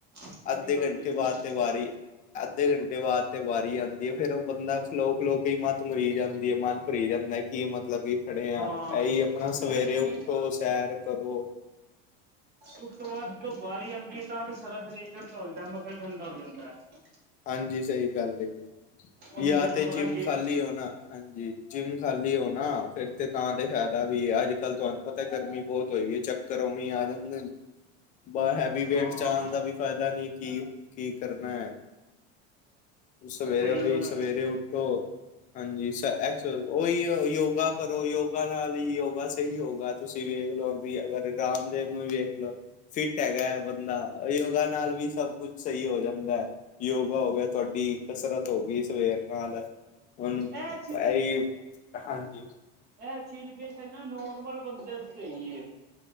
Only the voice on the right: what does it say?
ਇਹ
ਵੀ ਗੱਲ
ਸਹੀ
ਹੈ
ਹਾਂ
ਨਹੀਂ
ਉਸ ਤੋਂ ਬਾਅਦ ਜਦੋਂ ਬਾਰੀ ਆਂਦੀ ਹੈ ਤਾਂ ਤੇ ਸਾਰਾ ਸਰੀਰ ਠੰਡਾ ਹੋ ਜਾਂਦਾ, ਮਸਾਂ ਈ ਠੰਡਾ ਹੋ ਜਾਂਦਾ ਏ।
ਉਹਨੂੰ
ਫੇਰ ਦੁਬਾਰਾ
ਗੇ
ਹਾਂ
ਸਹੀ
ਗੱਲ
ਆ ਸਹੀ
ਇਹ
ਏਹ ਚੀਜ਼ ਵੇਖਯਾ ਜਾਏ ਨਾ ਨੋਰਮਲ ਬੰਦੇ ਆਸਤੇ ਹੈਗੀ ਏ।